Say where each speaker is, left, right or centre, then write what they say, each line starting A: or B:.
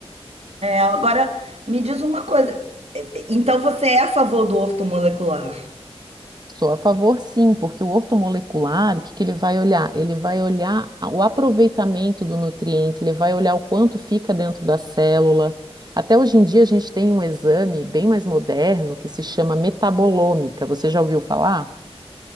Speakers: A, on the right; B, on the right.
A: É, agora, me diz uma coisa. Então, você é a favor do ortomolecular?
B: Sou a favor, sim, porque o ortomolecular, o que que ele vai olhar? Ele vai olhar a- o aproveitamento do nutriente, ele vai olhar o quanto fica dentro da célula. Até hoje em dia a gente tem um exame bem mais moderno que se chama metabolômica. Você já ouviu falar?